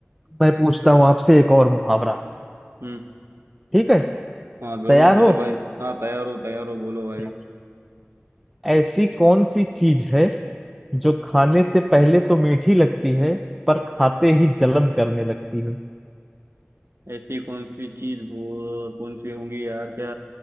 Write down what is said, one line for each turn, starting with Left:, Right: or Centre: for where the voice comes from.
Centre: मैं पूछता हूँ आपसे एक और मुहावरा
Right: हम्म
Centre: ठीक है
Right: हाँ जरूर
Centre: तैयार
Right: पूछो
Centre: हो
Right: भाई हाँ तैयार हो तैयार हो बोलो भाई
Centre: चलो। ऐसी कौन सी चीज है जो खाने से पहले तो मीठी लगती है पर खाते ही जलन करने लगती है
Right: ऐसी कौन सी चीज वो कौन सी होंगी यार क्या